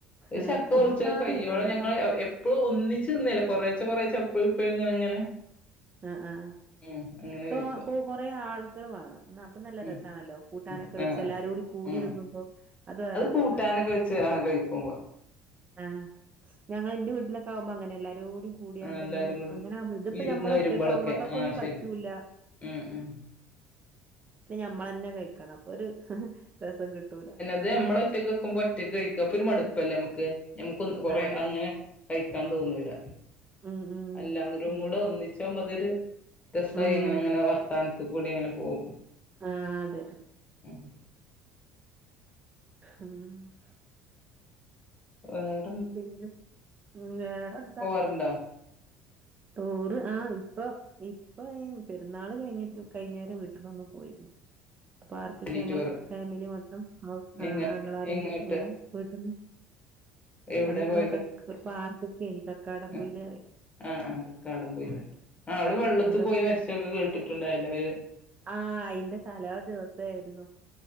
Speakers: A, on the left; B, on the right.
A: ഒരു
B: ആഹ്
A: ചക്ക
B: കൂട്ടാന്
A: മുറിച്ച് കയ്യോള
B: വല്യ
A: ഞങ്ങള് എ ഇപ്പോ ഒന്നിച്ച് തിന്നെല കൊറേച്ച കൊറേച്ച അപ്പഴുപ്പഴുങ്ങനെ ഇങ്ങനെ
B: ആഹ് ആഹ്
A: ഉം അങ്ങനെ
B: തോ
A: കഴിക്കും
B: കൊ കൊറേ ആളുകൾ വേണം ഇന്ന പ്പോ നല്ല
A: ഉം
B: രസാണല്ലോ കൂട്ടാനൊക്കെ
A: ഉം
B: വെച്ച്
A: ആഹ്
B: എല്ലാരൂടി കൂടി
A: ആഹ്
B: തിന്നുമ്പോ അത് വേറൊരു
A: കൂട്ടാനൊക്കെ
B: രസ.
A: വെച്ച് ആ കഴിക്കുമ്പോ
B: ആഹ് ഞങ്ങ ഇന്റെ വീട്ടിലൊക്കെ ആവുമ്പോ അങ്ങനെ എല്ലാരൂടി കൂടിയാണ്ട്
A: ആഹ് എല്ലാരും
B: ഇങ്ങനെ
A: കൂടെ
B: അങ്ങനാവുമ്പ ഇതിപ്പ
A: വിരുന്ന്
B: നമ്മളൊറ്റക്ക
A: വരുമ്പോളൊക്കെ
B: മക്കക്കൊന്നും
A: ആഹ് ശരി
B: പറ്റൂല്ല.
A: ഉം
B: ഇത് നമ്മെള് തന്നെ കഴിക്കണം. അപ്പയൊരു രെസം കിട്ടൂല.
A: ഇത് നമ്മെള് ഒറ്റക്ക് വെക്കുമ്പോ, ഒറ്റെക്ക് കഴിക്ക. അപ്പേ ഒരു മടുപ്പല്ലേ നമ്മെക്ക്. നമ്മെക്ക് കൊറെ
B: ആഹ്
A: അങ്ങനെ. കഴിക്കാൻ തോന്നൂല്ല.
B: ഉം ഉം
A: എല്ലാവെരും
B: അതെ
A: കൂടെ ഒന്നിച്ചാ മ്പോയത്. രെസായി
B: ഉം
A: അങ്ങനെ അങ്ങനെ വർത്താനത്തിക്കൂടി അങ്ങനെ പോവും.
B: ആഹ് അതെ.
A: ഉം
B: ഉം
A: ആഹ്
B: പിന്നെ വേറെന്താ?
A: ഒണ്ടോ?
B: ഒര് ആഹ് ഇപ്പം ഇപ്പ ഈ പെരുന്നാള് കഴിഞ്ഞിട്ട് കഴിഞ്ഞോരെ വീട്ടന്നൊന്നി പോയിരുന്ന. അപ്പ ആർക്കൊക്കെ
A: ഫാമിലി
B: ഞങ്ങെള്
A: ടൂറ്
B: ഫാമിലി മൊത്തം, ആഹ്
A: എങ്ങ
B: ആഹ് ആങ്ങളമാര്
A: എങ്ങോട്ട്
B: അങ്ങനെ വീട്ടിന്ന്.
A: എവിടെ
B: അത് നമ്മെടെ
A: പോയത്
B: ക ഒരു പാർക്കെക്കെനി കക്കാടം
A: ആഹ്
B: പൂയില്
A: ആഹ് ആഹ് കക്കാടം പൊയ്ലെ. ആ അവെടെ വെള്ളത്തി
B: അവിടെ
A: പോയി മരിച്ചതൊക്കെ കേട്ടിട്ടുണ്ടായള്ളേയല്ലേ ഒര്.
B: ആഹ് അയിന്റെ തലേ ദെവസം ഇതായിരുന്നു